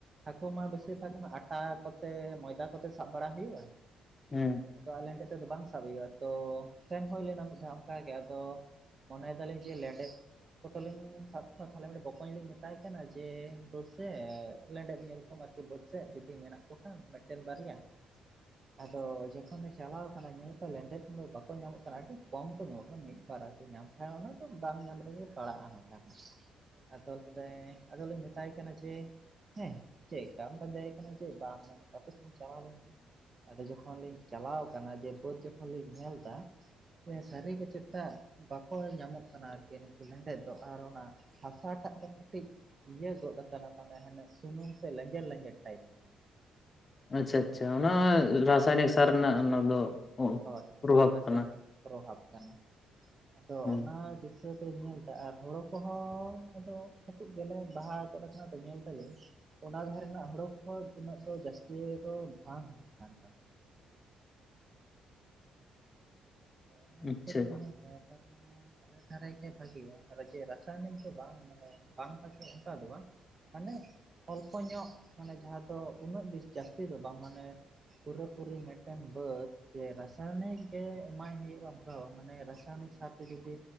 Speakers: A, on the right; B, on the left.
A: ᱦᱟᱠᱩ ᱢᱟ ᱵᱮᱥᱤᱨ ᱵᱷᱟᱜ ᱜᱮᱢᱟ ᱟᱴᱟ ᱠᱚᱛᱮ ᱢᱚᱭᱫᱟ ᱠᱚᱛᱮ ᱥᱟᱵ ᱵᱟᱲᱟ ᱦᱩᱭᱩᱜᱼᱟ᱾
B: ᱦᱩᱸ᱾
A: ᱟᱫᱚ ᱟᱞᱮᱱ ᱴᱷᱮᱡ ᱛᱮᱫᱚ ᱵᱟᱝ ᱥᱟᱵ ᱦᱩᱭᱩᱜᱼᱟ, ᱛᱚ ᱥᱮᱱ ᱦᱩᱭ ᱞᱮᱱᱟ ᱢᱤᱫ ᱫᱷᱟᱣ ᱚᱱᱠᱟ ᱜᱮ ᱟᱫᱚ ᱢᱚᱱᱮᱭ ᱫᱟᱹᱞᱤᱧ ᱡᱮ ᱞᱮᱸᱰᱮᱛ ᱠᱚᱛᱚ ᱞᱤᱧ ᱥᱟᱵ ᱠᱚᱣᱟ ᱛᱟᱦᱚᱞᱮ ᱢᱤᱫ ᱴᱮᱡ ᱵᱚᱠᱚᱧ ᱞᱤᱧ ᱢᱮᱛᱟᱭ ᱠᱟᱱᱟ ᱡᱮ ᱫᱳ ᱥᱮ ᱞᱮᱸᱰᱮᱛ ᱧᱮᱞ ᱠᱚᱢ ᱟᱨᱠᱤ ᱵᱟᱹᱫᱽ ᱥᱮᱫ ᱡᱩᱫᱤ ᱢᱮᱱᱟᱜ ᱠᱚ ᱠᱷᱟᱱ ᱢᱤᱫᱴᱮᱱ ᱵᱟᱨᱭᱟ
B: <inaudible>
A: ᱟᱫᱚ ᱡᱚᱠᱷᱚᱱᱮ ᱪᱟᱞᱟᱣ ᱠᱟᱱᱟ ᱧᱮᱞᱮᱫ ᱠᱚᱣᱟᱭ ᱞᱮᱸᱰᱮᱛ ᱫᱚ ᱵᱟᱠᱚ ᱧᱟᱢᱚᱜ ᱠᱟᱱᱟ, ᱟᱹᱰᱤ ᱠᱚᱢ ᱠᱚ ᱧᱟᱢᱚᱜ ᱠᱟᱱᱟ ᱢᱤᱫ ᱵᱟᱨ ᱟᱨᱠᱤ ᱧᱟᱢ ᱠᱷᱟᱡ ᱚᱱᱟ ᱫᱚ ᱵᱟᱝ ᱧᱟᱢ ᱨᱮᱜᱮ ᱯᱟᱲᱟᱜᱼᱟ ᱱᱟᱜ-ᱠᱷᱟᱱ ᱦᱟᱸᱜ ᱟᱫᱚ ᱞᱟᱹᱭ ᱫᱟᱭ ᱟᱫᱚ ᱞᱤᱧ ᱢᱮᱛᱟᱭ ᱠᱟᱱᱟ ᱡᱮ ᱦᱮᱸ ᱪᱮᱫᱠᱟᱢ ᱯᱟᱡᱟᱭᱮ ᱠᱟᱱᱟ ᱡᱮ ᱵᱟᱢ ᱧᱟᱢᱮ ᱦᱟᱯᱮ ᱥᱮᱧ ᱪᱟᱞᱟᱣ ᱞᱮᱱ ᱜᱮ᱾ ᱟᱫᱚ ᱡᱚᱠᱷᱚᱱ ᱞᱤᱧ ᱪᱟᱞᱟᱣ ᱠᱟᱱᱟ ᱡᱮ ᱵᱟᱹᱫᱽ ᱡᱚᱠᱷᱚᱱ ᱞᱤᱧ ᱧᱮᱞᱫᱟ ᱥᱮ ᱥᱟᱨᱤ ᱜᱮ ᱪᱮᱛᱟ ᱵᱟᱠᱚ ᱧᱟᱢᱚᱜ ᱠᱟᱱᱟ ᱟᱨᱠᱤ ᱱᱩᱠᱩ ᱞᱮᱸᱰᱮᱫ ᱫᱚ ᱟᱨ ᱚᱱᱟ ᱦᱟᱥᱟᱴᱟᱜ ᱫᱚ ᱠᱟᱹᱴᱤᱡ ᱤᱭᱟᱹ ᱜᱚᱫ ᱟᱠᱟᱱᱟ ᱢᱟᱱᱮ ᱦᱟᱱᱮ ᱥᱩᱱᱩᱢ ᱥᱮ ᱞᱮᱧᱡᱮᱨ ᱞᱮᱧᱡᱮᱨ ᱴᱟᱭᱤᱯ ᱟᱠᱟᱱᱟ᱾
B: ᱟᱪᱪᱷᱟ ᱟᱪᱪᱷᱟ ᱚᱱᱟ ᱨᱟᱥᱟᱭᱱᱤᱠ ᱥᱟᱨ ᱨᱮᱱᱟᱜ ᱚᱱᱟ ᱫᱚ
A: ᱦᱳᱭ ᱦᱳᱭ
B: ᱯᱨᱚᱵᱷᱟᱵᱽ
A: ᱨᱟᱥᱟᱭᱚᱱᱤᱠ
B: ᱠᱟᱱᱟ
A: ᱯᱨᱳᱵᱷᱟᱵᱽ ᱠᱟᱱᱟ, ᱟᱫᱚ
B: ᱦᱮᱸ
A: ᱚᱱᱟ ᱫᱤᱥᱟᱹ ᱦᱤᱛᱳᱜ ᱤᱧ ᱧᱮᱞ ᱮᱫᱟ ᱟᱨ ᱦᱳᱲᱳ ᱠᱚᱦᱚᱸ ᱟᱫᱚ ᱠᱟᱹᱴᱤᱡ ᱜᱮᱞᱮ ᱵᱟᱦᱟ ᱜᱚᱫ ᱠᱟᱱᱟ ᱛᱚ ᱧᱮᱞ ᱫᱟᱞᱤᱧ ᱚᱱᱟ ᱫᱷᱟᱨᱮᱱᱟᱜ ᱦᱳᱲᱳ ᱠᱚᱦᱚᱸ ᱩᱱᱟᱹᱜ ᱫᱚ ᱡᱟᱹᱥᱛᱤ ᱫᱚ ᱵᱟᱝ ᱦᱩᱭᱩᱜ ᱠᱟᱱ ᱛᱟᱠ ᱟᱫᱚ ᱚᱱᱟ
B: ᱟᱪᱪᱷᱟ
A: ᱫᱤᱥᱟᱹ ᱛᱮ ᱧᱮᱞ ᱫᱟ ᱛᱟᱨ ᱢᱟᱱᱮ ᱟᱞᱮ ᱫᱷᱟᱨᱮ ᱜᱮ ᱵᱷᱟᱜᱮᱭᱟ ᱟᱨ ᱡᱮ ᱨᱟᱥᱟᱭᱚᱱᱤᱠ ᱫᱚ ᱵᱟᱝ ᱢᱟᱱᱮ ᱵᱟᱝ ᱵᱷᱟᱜᱮᱭᱟ ᱚᱝᱠᱟ ᱫᱚ ᱵᱟᱝ ᱢᱟᱱᱮ ᱚᱞᱯᱚ ᱧᱚᱜ ᱢᱟᱱᱮ ᱡᱟᱦᱟᱸ ᱛᱚ ᱩᱱᱟᱹᱜ ᱵᱤᱥ ᱡᱟᱹᱥᱛᱤ ᱫᱚ ᱵᱟᱝ ᱢᱟᱱᱮ ᱯᱩᱨᱟᱹ ᱯᱩᱨᱤ ᱢᱤᱫᱴᱮᱱ ᱵᱟᱹᱫᱽ ᱡᱮ ᱨᱟᱥᱟᱭᱚᱱᱤᱠ ᱜᱮ ᱮᱢᱟᱭ ᱦᱩᱭᱩᱜᱼᱟ ᱚᱝᱠᱟ ᱫᱚ ᱵᱟᱝ, ᱢᱟᱱᱮ ᱨᱟᱥᱟᱭᱱᱤᱠ ᱥᱟᱨ ᱛᱮ ᱡᱩᱫᱤ